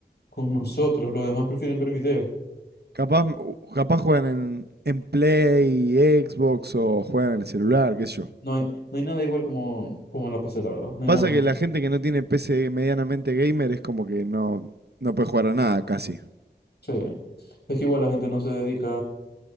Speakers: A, on the left; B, on the right.
A: con nosotros. Los demás prefieren ver video.
B: Capaz, u- capaz juegan en, en Play, Xbox o juegan en el celular, qué sé yo.
A: No hay, no hay nada igual como, como en la PC, la verdad. No hay
B: Pasa
A: nada mejor.
B: que la gente que no tiene PC medianamente gamer es como que no, no puede jugar a nada casi.
A: Sí. Es que igual la gente no se dedica